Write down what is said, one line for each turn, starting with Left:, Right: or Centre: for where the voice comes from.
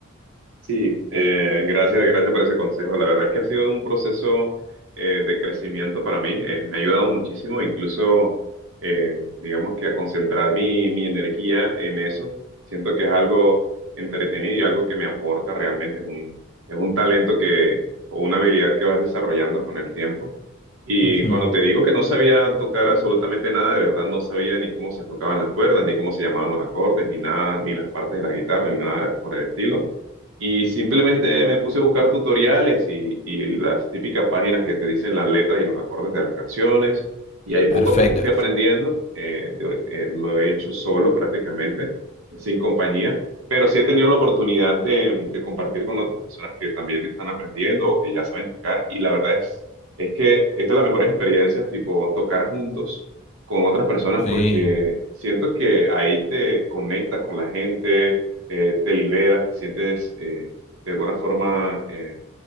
Right: Sí, eh, gracias, gracias por ese consejo. La verdad es que ha sido un proceso eh, de crecimiento para mí. Eh, me ha ayudado muchísimo, incluso, eh, digamos que a concentrar mi, mi energía en eso. Siento que es algo entretenido y algo que me aporta realmente. Es un, es un talento que, o una habilidad que vas desarrollando con el tiempo. Y
Left: Ujú.
Right: cuando te digo que no sabía tocar absolutamente nada, de verdad no sabía ni cómo se tocaban las cuerdas, ni cómo se llamaban los acordes, ni nada, ni las partes de la guitarra, ni nada por el estilo y simplemente me puse a buscar tutoriales y, y las típicas páginas que te dicen las letras y los acordes de las canciones. Y ahí poco
Left: Perfecto.
Right: a poco fui aprendiendo. eh, de- eh, lo he hecho solo prácticamente, eh, sin compañía. Pero sí he tenido la oportunidad de, de compartir con otras personas que también están aprendiendo o que ya saben tocar. Y la verdad es, es que es de las mejores experiencias, tipo tocar juntos con otras personas
Left: Sí.
Right: porque siento que ahí te conectas con la gente eh, te liberas, te sientes eh, de alguna forma eh,